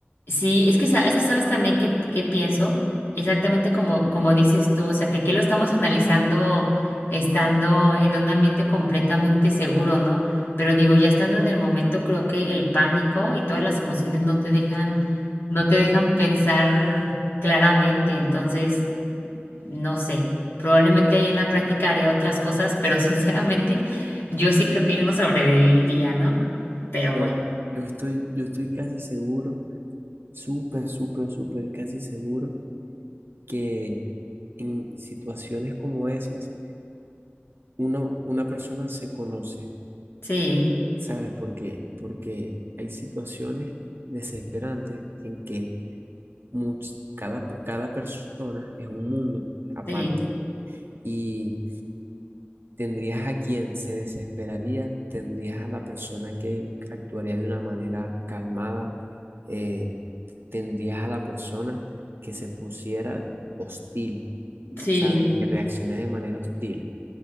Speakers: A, on the left; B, on the right.
A: Sí, es que, sa- es que sabes también que, que pienso exactamente como, como dices tú, o sea, que aquí lo estamos analizando estando en un ambiente completamente seguro, ¿no? Pero digo, ya estando en el momento, creo que el pánico y todas las emociones no te dejan, no te dejan pensar claramente, entonces, no sé, probablemente ahí en la práctica haría otras cosas, pero <laughs> sinceramente, yo sí creo que yo no sobreviviría, ¿no? Pero
B: Yo,
A: bueno,
B: yo estoy, yo estoy casi seguro, súper, súper, súper, casi seguro que en situaciones como esas, uno, una persona se conoce,
A: sí,
B: ¿sabes por qué? Porque hay situaciones desesperantes en que much- cada, cada persona es un mundo aparte
A: sí,
B: y tendrías a quien se desesperaría, tendrías a la persona que actuaría de una manera calmada, eh, tendrías a la persona que se pusiera hostil,
A: sí,
B: ¿sabes? Que reaccione de manera hostil.